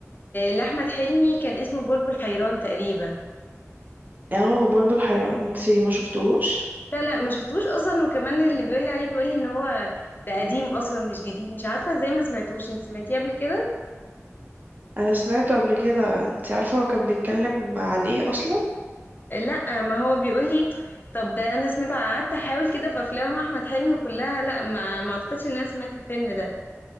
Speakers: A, on the left (about 40°); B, on the right (about 35°).
A: لأحمد حلمي كان اسمه بلبل حيران تقريبا
B: اه بلبل حيران انت ما شفتوهوش
A: لا لا ما شفتوش اصلا وكمان اللي بيقول لي عليه بيقول لي ان هو ده قديم اصلا مش جديد مش عارفه ازاي ما سمعتوش انت سمعتيه قبل كده
B: انا سمعته قبل كده انت عارفة هو كان بيتكلم عن ايه اصلا
A: لا ما هو بيقول لي طب ده انا سمعته قعدت احاول كده في افلام احمد حلمي كلها لا ما ما اعتقدش ان انا سمعت الفيلم ده